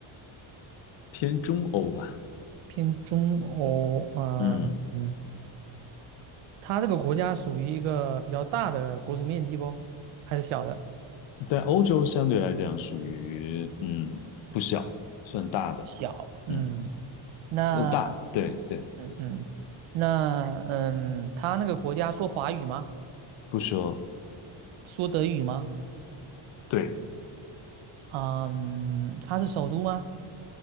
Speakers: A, on the left; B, on the right.
A: 偏中欧吧，
B: 偏中欧，呃，
A: 嗯，
B: 嗯，它这个国家属于一个比较大的国土面积不？还是小的？
A: 在欧洲相对来讲属于嗯不小，算大的，
B: 小，嗯，
A: 嗯，
B: 那，
A: 呃大，对对，
B: 嗯嗯，那，嗯，他那个国家说法语吗？
A: 不说
B: 说德语吗？
A: 对，
B: 嗯，它是首都吗？